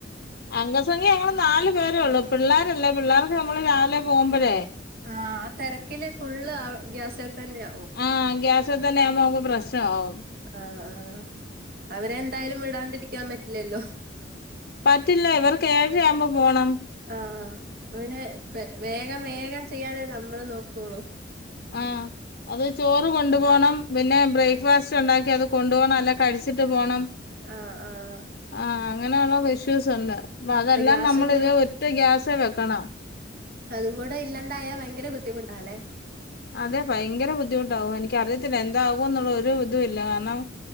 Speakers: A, on the left; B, on the right.
A: അംഗസംഖ്യ ഞങ്ങള് നാലു പേരേ ഉള്ളു പിള്ളേരല്ലേ പിള്ളേർക്ക് നമ്മള് രാവിലെ പോകുമ്പഴേ
B: ആഹ് ആ തിരക്കില് ഫുള്ള് ഗ്യാസേ തന്നെ ആവും
A: ആഹ് ഗ്യാസേ തന്നെ ആവുമ്പോ നമുക്ക് പ്രശ്നാവും
B: ആഹ് ആഹ് അവരെ എന്തായാലും വിടാണ്ടിരിക്കാൻ പറ്റില്ലല്ലോ
A: പറ്റില്ല ഇവർക്കേഴരയാവുമ്പോ പോണം
B: ആഹ് അപ്പോ പിന്നെ വേഗം വേഗം ചെയ്യാനേ നമ്മള് നോകൊള്ളു
A: ആഹ് അത് ചോറ് കൊണ്ടുപോണം, പിന്നെ ബ്രേക്ക്ഫാസ്റ്റ് ഉണ്ടാക്കി അത് കൊണ്ടുപോണം അല്ല കഴിച്ചിട്ട് പോണം
B: ആഹ് ആഹ്
A: ആഹ് അങ്ങനൊള്ള വിഷ്യൂസ് ഉണ്ട്, പ്പ അതെല്ലാം
B: ഇപ്പൊ ഗ്യാസും
A: നമ്മള്തിനെ
B: കൂടെ
A: ട്ടു ഗ്യാസേ വെക്കണം
B: അതും കൂടെ ഇല്ലാണ്ടായാ വയങ്കര ബുദ്ധിമുട്ടാല്ലേ
A: അതെ പയങ്കര ബുദ്ധിമുട്ടാവും. എനിക്കറിയത്തില്ല എന്താവുഎന്നുള്ള ഒരുതുല്ല കാരണം